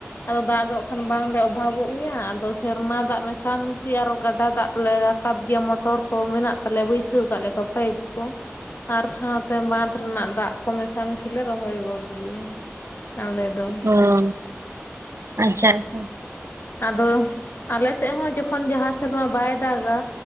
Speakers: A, on the left (about 50°); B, on the right (about 85°).
A: ᱟᱫᱚ ᱫᱟᱜ ᱵᱟᱠᱷᱟᱱ ᱵᱟᱝᱞᱮ ᱚᱵᱷᱟᱵᱚᱜ ᱜᱮᱭᱟ ᱟᱫᱚ ᱥᱮᱨᱢᱟ ᱫᱟᱜ ᱢᱮᱥᱟ ᱢᱮᱥᱤ ᱟᱨᱚ ᱜᱟᱰᱟ ᱫᱟᱜ ᱞᱮ᱾ ᱨᱟᱠᱟᱯ ᱜᱮᱭᱟ ᱢᱚᱴᱚᱨ ᱠᱚ ᱢᱮᱱᱟᱜ ᱛᱟᱞᱮᱭᱟ ᱵᱟᱹᱭᱥᱟᱹᱣ ᱠᱟᱜ ᱞᱮᱭᱟ ᱠᱚ ᱯᱟᱭᱤᱯ ᱠᱚ ᱟᱨᱼᱼ ᱥᱟᱶᱛᱮ ᱵᱟᱸᱫᱷ ᱨᱮᱱᱟᱜ ᱫᱟᱜ ᱠᱚ ᱢᱮᱥᱟᱢᱮᱥᱤ ᱞᱮ ᱨᱚᱦᱚᱭ ᱜᱚᱫ ᱜᱮᱭᱟ᱾ ᱟᱞᱮ ᱫᱚ
B: ᱚ ᱟᱪᱷᱟ ᱟᱪᱷᱟ ᱾
A: ᱟᱫᱚ ᱟᱞᱮ ᱥᱮᱫ ᱦᱚᱸ ᱡᱚᱠᱷᱚᱱ ᱡᱟᱦᱟᱸ ᱥᱮᱨᱢᱟ ᱵᱟᱭ ᱫᱟᱜᱟᱼᱼ